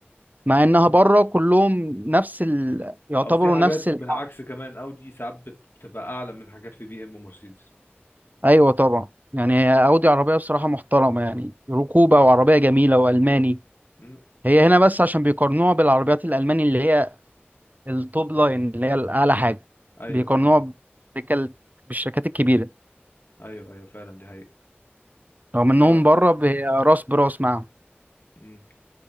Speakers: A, on the right; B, on the left.
A: مع انها بره كلهم نفس ال... يعتبروا
B: او في حاجات
A: نفس
B: بالعكس
A: ال...
B: كمان اودي ساعات بت- بتبقى اعلى من حاجات في بي ام ومرسيدس
A: ايوه طبعا يعني هي اودي عربيه بصراحه محترمه يعني ركوبه وعربيه جميله والماني
B: مم.
A: هي هنا بس عشان بيقارنوها بالعربيات الألماني اللي هي التوب لاين اللي هي الأعلى حاجة
B: ايوه
A: بيقارنوها
B: ايوه
A: بالشركة- بالشركات الكبيرة
B: ايوه ايوه فعلا دي حقيقة
A: رغم
B: ف
A: إنهم بره ب- راس براس معاهم
B: مم.